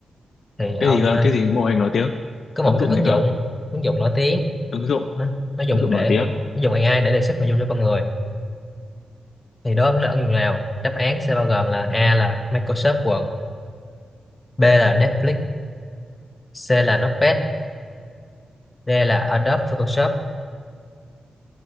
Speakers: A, on the left; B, on the left.
A: Thì
B: cái
A: ông
B: gì cơ
A: ờ,
B: cái gì mô hình nổi tiếng
A: có một
B: ứng
A: cái
B: dụng
A: ứng
B: gì cơ
A: dụng Ứng dụng nổi tiếng
B: ứng dụng
A: Nó, nó dùng
B: ứng dụng
A: để
B: nổi tiếng
A: nó, nó dùng AI để đề xuất nội dung cho con người Thì đó là ứng dụng nào Đáp án sẽ bao gồm là A là Microsoft Word B là Netflix C là Notepad D là Adobe Photoshop